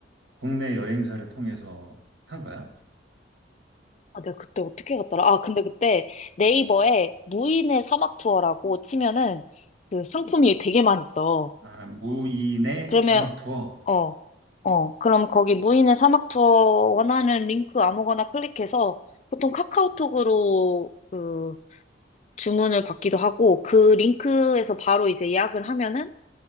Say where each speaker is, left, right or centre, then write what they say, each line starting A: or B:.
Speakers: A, on the right (about 85°); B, on the left (about 35°).
A: 국내 여행사를 통해서 한 거야?
B: 아, 내가 그때 어떻게 갔더라? 아, 근데 그때 네이버에 무인의 사막 투어라고 치면은 그 상품이 되게 많이 떠.
A: 아, 무인의
B: 그러면,
A: 사막 투어.
B: 어, 어, 그럼 거기 무인의 사막 투어 원하는 링크 아무거나 클릭해서 보통 카카오톡으로 그 주문을 받기도 하고 그 링크에서 바로 이제 예약을 하면은